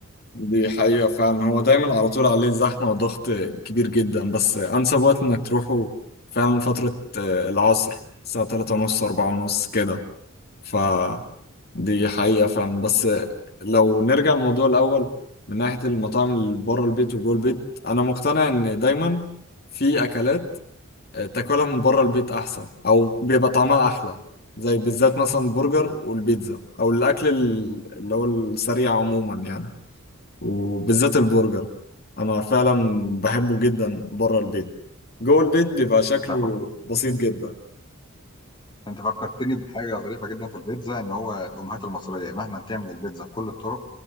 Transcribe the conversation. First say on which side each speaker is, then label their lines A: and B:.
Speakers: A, on the left; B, on the left.
A: دي حقيقة فعلا هو دايما على طول عليه زحمة وضغط كبير جدا بس أنسب وقت إنك تروحه فعلا فترة آه، العصر الساعة تلاتة ونص أربعة ونص كده ف دي حقيقة فعلا بس لو نرجع للموضوع الأول من ناحية المطاعم اللي بره البيت وجوه البيت أنا مقتنع إن دايما في أكلات آه، تاكلها من بره البيت أحسن أو بيبقى طعمها أحلى زي بالذات مثلا البرجر والبيتزا أو الأكل ال- اللي هو السريع عموما يعني وبالذات البرجر انا فعلا بحبه جدا بره البيت جوه البيت بيبقى شكله
B: انت فك-
A: بسيط جدا
B: أنت فكرتني بحاجه ظريفه جدا في البيتزا ان هو الامهات المصريه مهما تعمل البيتزا بكل الطرق